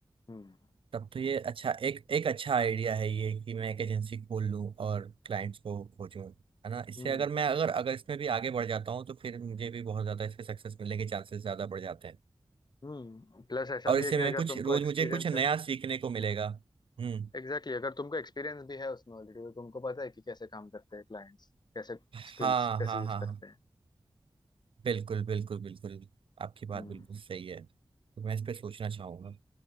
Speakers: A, on the left; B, on the right.
A: हम्म
B: तब तो ये अच्छा एक एक अच्छा आइडिया है ये कि मैं एक एजेंसी खोल लूँ और क्लाइंट्स को खोजूँ है ना इससे
A: हम्म
B: अगर मैं अगर अगर इसमें भी आगे बढ़ जाता हूँ तो फिर मुझे भी बहुत ज़्यादा इसमें सक्सेस मिलने के चांसेस ज़्यादा बढ़ जाते हैं
A: हम्म प्लस ऐसा
B: और
A: भी
B: इससे
A: है कि
B: मैं
A: अगर
B: कुछ
A: तुमको
B: रोज़
A: एक्सपीरियंस
B: मुझे कुछ नया
A: है
B: सीखने को मिलेगा हम्म
A: एग्जैक्टली exactly, अगर तुमको एक्सपीरियंस भी है उसमें ऑलरेडी तो तुमको पता है कि कैसे काम करते हैं क्लाइंट्स कैसे
B: हाँ
A: स्किल्स कैसे
B: हाँ
A: यूज
B: हाँ
A: करते
B: हाँ
A: हैं
B: बिल्कुल बिल्कुल बिल्कुल आपकी
A: हम्म
B: बात बिल्कुल सही है तो मैं इस पे सोचना चाहूँगा